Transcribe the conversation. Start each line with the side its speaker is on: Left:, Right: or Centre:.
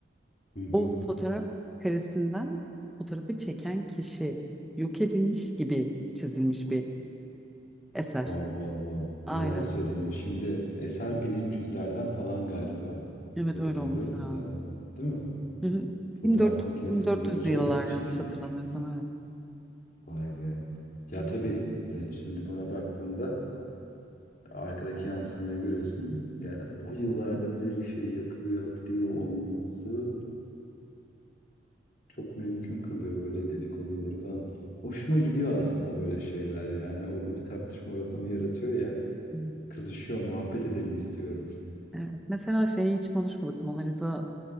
Left: Hı hı.
Centre: O fotoğraf karesinden fotoğrafı çeken kişi yok edilmiş gibi çizilmiş bir eser.
Left: Wow wow wow.
Centre: Aynen.
Left: Neler söyleniyor. Şimdi eser
Centre: Hı.
Left: 1300'lerden falan galiba.
Centre: Evet
Left: Ya
Centre: öyle
Left: da 1400'lerden.
Centre: olması lazım.
Left: Değil mi?
Centre: Hı hı.
Left: Fotoğraf
Centre: 1400
Left: makinesi
Centre: 1400'lü
Left: bulunacak.
Centre: yıllar yanlış
Left: Çekirdek.
Centre: hatırlamıyorsam evet.
Left: Vay be. Ya
Centre: Hı hı.
Left: tabii e, şimdi buna baktığında arkadaki yansımayı görüyorsun. Yani o yıllarda böyle bir şey yapılıyor biliyor olması çok mümkün kılıyor böyle dedikoduları falan. Hoşuma gidiyor aslında böyle şeyler yani. Orada bir tartışma ortamı yaratıyor ya.
Centre: Hı hı.
Left: Kızışıyor, muhabbet edelim istiyorum.
Centre: Evet. Mesela şeyi hiç konuşmadık. Mona Lisa